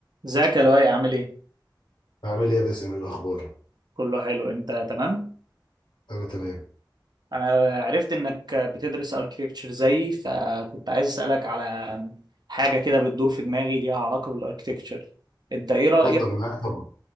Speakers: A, on the right; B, on the left.
A: ازيك يا لؤي عامل ايه؟
B: أعمل إيه يا باسم إيه الأخبار؟
A: كله حلو انت تمام؟
B: أنا تمام،
A: انا عرفت انك بتدرس اركتكتشر زيي فكنت عايز اسالك على حاجه كده بتدور في دماغي ليها علاقه بالاركتكتشر انت ايه رايك
B: اتفضل معاك طبعا.